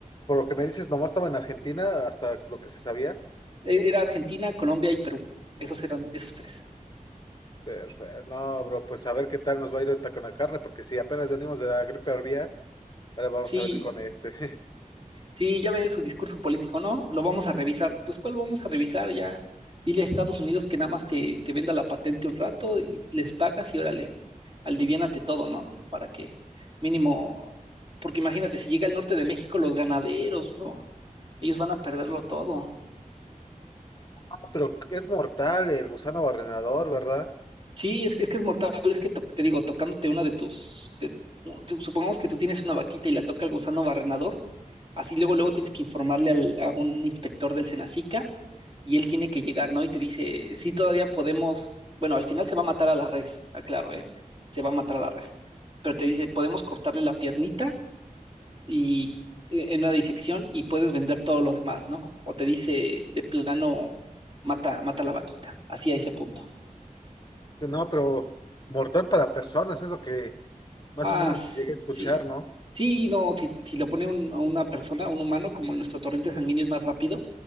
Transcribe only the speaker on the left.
por lo que me dices, nomás estaba en Argentina, hasta lo que se sabía.
Pero, eh, no, bro, pues a ver qué tal nos va a ir ahorita con la carne, porque si apenas venimos de la gripe aviar, ahora vamos
a venir con este.
<laughs> Pero es mortal el gusano barrenador, ¿verdad?
No, pero mortal para personas, es lo que más
o menos
llegué a escuchar, ¿no?